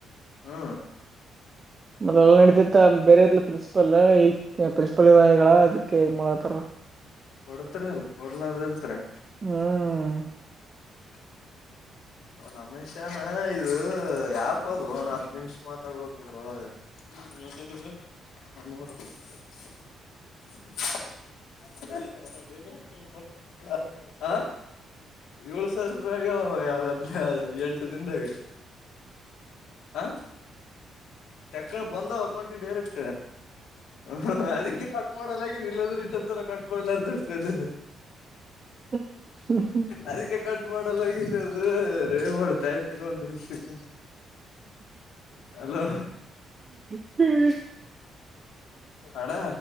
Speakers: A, on the left (about 75°); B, on the right (about 35°).
A: ಹ್ಮ
B: ಮತ್ತ ಎಲ್ಲ ನಡತ ಬೇರೆ ಪ್ರಿನ್ಸಿಪಲ್ ಈ ಪ್ರಿನ್ಸಿಪಲ್ ಇದ ಈಗಳ ಅದಕ್ಕೆ ಮಾಡತಾರ.
A: ಕೊಡ್ತರಿ ಅಲ್ ಕೊಡ್ಲಾರ್ದ ಇರ್ತ್ರಿ.
B: ಹ್ಮ್
A: ಹ ರಮೇಶನಾ ಇದು ಯಾಪ ಅದು ಒನ್ ಹತ್ ನಿಮಿಷ ಮಾತಾಡ್ಬೇಕಿದ್ರ ಒಳಗ. ಹ್ಮ್ ಮಾತ ಹೇಳಿದ್ರೆ <unintelligible> <inaudible> ಏಳು ಸಾವಿರ ರೂಪಾಯಿಗಾವ್ ಅ ಅದು ಎಂಟು ದನ್ದಾಗ ಆ. ತಕ್ಕ ಬಂದ್ ಅಕೌಂಟಿ ಡೈರೆಕ್ಟ್. ಹ ಅದಕ್ಕೆ ಕಟ್ ಮಾಡಲ್ಲಾಗಿ ನಿಲ್ಲದ್ರೆ ಇಷ್ಟತರ ಕಟ್ ಮಾಡಲಾರರ್ತ ಅದು.
B: ಹ್ಮ... ಹ್ಮ್.
A: ಅದಕ್ಕೆ ಕಟ್ ಮಾಡಲ್ಲಗನ್ ಅದು ಏ ಮಾಡ್ತಾ ಆತಿ ಇನ್ನೊಂದ್ ದಿವಸಕ್. ಹಲೋ...
B: ಹ್ಮ್
A: ಅಣ್ಣ